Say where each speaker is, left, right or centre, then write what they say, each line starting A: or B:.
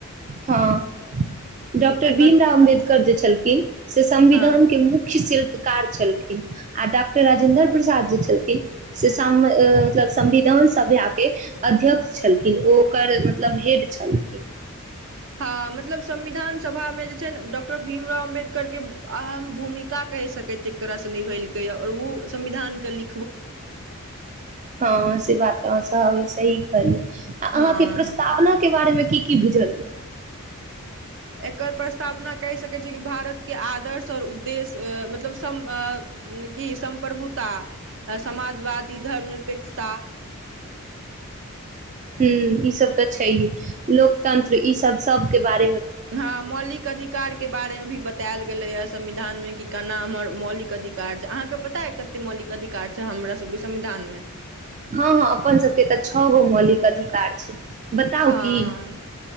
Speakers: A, on the right; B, on the right.
A: हां। डॉक्टर
B: एकर
A: भीमराव अम्बेदकर करजे छलखिन से संविधान
B: हँ
A: के मुख्य शिल्प कार छलखिन आ डॉक्टर राजेन्द्र प्रसाद जे छलखिन से सांब मतलब संविधान सभयाके अध्यक्ष छलखिन ओ ओकर मतलब हेड छलखिन।
B: हँ मतलब संविधान सभामे जे छै ने डॉक्टर भीमराव अम्बेदकरके अहम भूमिका कहि सकैत छी एक तरहसँ निभैलकैए आओर ओ संविधानके लि
A: हँ से बात तऽ अहाॅं तऽ सही कहलीयै। आ
B: हँ
A: अहाँके प्रस्तावना के बारेमे की की बुझलयै।
B: एकर प्रस्तावना कहि सकैत छी कि भारत के आदर्श आओर उद्देश्य मतलब सम अ कि सम्प्रभुता, समाजवादी, धर्म निरपेक्ष ता
A: हं ई सब तऽ छैए। लोकतंत्र ई सब सबके बारे
B: हँ मौलिक अधिकार के बारे मे भी बतायल गेलैयै। संविधान मे कि कना हमर मौलिक अधिकार छै अहाँके पता ऐ कते मौलिक अधिकार छै हमरा सबके संविधान मे।
A: हँ हँ अपन सबके तऽ छओ गो मौलिक अधिकार छै। बताउ
B: हँ
A: की?